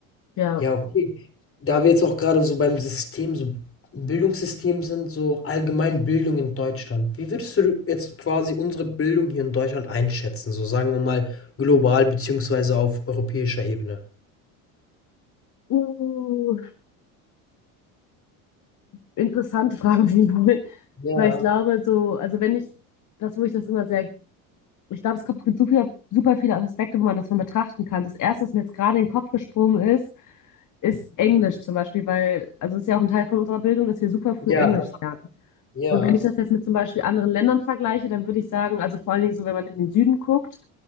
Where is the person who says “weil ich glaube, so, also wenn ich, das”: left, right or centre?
Left